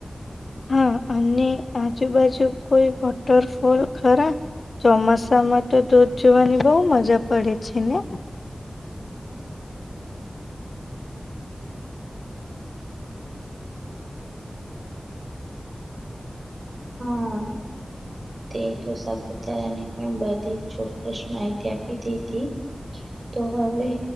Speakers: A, on the left; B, on the right.
A: હા અને આજુબાજુ કોઈ વોટરફોલ ખરા ચોમાસામાં તો દોધ જોવાની બહુ મજા પડે છે ને.
B: હા. તે તો સાપુતારાની પણ બધી જ ચોક્કસ માહિતી આપી દીધી. તો હવે